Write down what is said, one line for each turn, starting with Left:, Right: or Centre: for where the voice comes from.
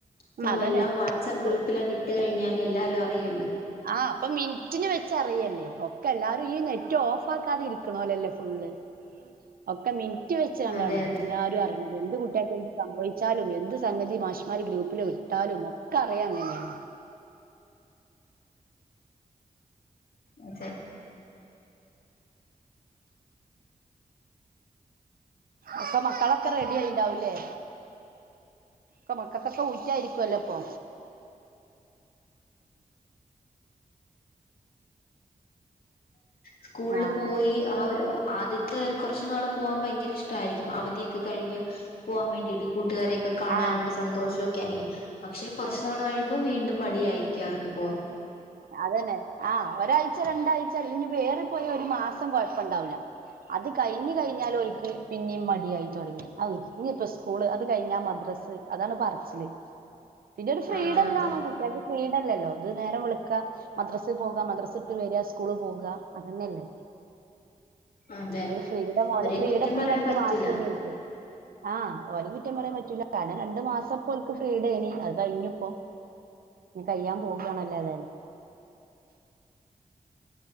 Left: ഇപ്പൊ
Right: അതന്നെ
Left: എല്ലാം വാട്സ്ആപ്പ്
Right: അപ്പൊ
Left: ഗ്രൂപ്പില് അങ്ങ് ഇട്ട് കഴിഞ്ഞാല് എല്ലാരും അറിയുവല്ലോ
Right: ആഹ് അപ്പം മിനിറ്റിന് വെച്ചറിയല്ലേ ഒക്കെ എല്ലാരും ഈ നെറ്റ് ഓഫ് ആക്കാതെ ഇരിക്കണോലൊ അല്ലേ ഫുള്ള് ഒക്കെ മിനിറ്റ് വെച്ച് കണ്ടാണ്
Left: അതെ അതെ
Right: എല്ലാരും അറിയുന്നത് എന്ത് കുട്ടികൾക്ക് എന്ത് സംഭവിച്ചാലും എന്ത് സംഗതി മാഷ്മാര് ഗ്രൂപ്പില് വിട്ടാലും ഒ ക്കെ അറിയുവാ അങ്ങനെയാണ്
Left: അതെ
Right: അപ്പൊ മക്കളൊ ക്കെ റെഡി ആയിണ്ടാവുല്ലേ, പ്പ മക്കക്കൊക്കെ ഊറ്റായിരിക്കൊല്ല പ്പോ
Left: സ്കൂൾല്
Right: ആഹ്
Left: പോയി ആ ഒരു ആദ്യ ത്തെ കൊർച്ചു നാള് പോവാൻ ഭയങ്കര ഇഷ്ട ആയിരിക്കും അവധിയൊക്കെ കഴിഞ്ഞ് പോകാൻ വേണ്ടിയിട്ട് കൂട്ടുകാരെയൊക്കെ കാണാനുള്ള
Right: ആഹ്
Left: സന്തോഷമൊക്കെ ആയിരിക്കും പക്ഷെ കുറച്ചു നാള് കഴിയുമ്പം വീണ്ടും മടിയായിരിക്കും അവർക്ക് പോവാൻ
Right: അതന്നെ ആഹ് ഒരാഴ്ച രണ്ടാഴ്ച അല്ലെങ്കിപ്പേറി പോയാ ഒരു മാസം കൊഴപ്പണ്ടാവൂല അത് കഴിഞ്ഞ് കഴിഞ്ഞാലോൽക്ക് പിന്യും മടിയായി തുടങ്ങി. ഔ ന്നിപ്പോ സ്കൂള് അത് കഴിഞ്ഞാ മദ്രസ് അതാണ് പറച്ചില്, പിന്നൊരു ഫ്രീഡല്ലാ
Left: ആ അതെ
Right: ണു. കുട്ട്യാക്ക് ഫ്രീഡല്ലല്ലോ, ത് നേരം വെള്ക ക്കാ മദ്രസ് പോക മദ്രസ്ട്ട് വരാ, സ്കൂള് പോകുക അതന്നെല്ലേ
Left: അതെ
Right: പിന്നൊരു ഫ്രീഡം
Left: അവരെയും
Right: ഓലെ ഫ്രീഡപ്പീ
Left: കുറ്റം പറയാൻ
Right: രണ്ട്
Left: പറ്റില്ല
Right: മാസേനി ഓൽക്ക് ആഹ് ഓലിം കുറ്റം പറയാൻ പറ്റൂല കാരണം രണ്ടു മാസം പ്പോൽക്ക് ഫ്രീഡേനി, അത് കഴിഞ്ഞുപ്പം, ഇനി കഴിയാൻ പോകാണല്ലേ ഏതായാലും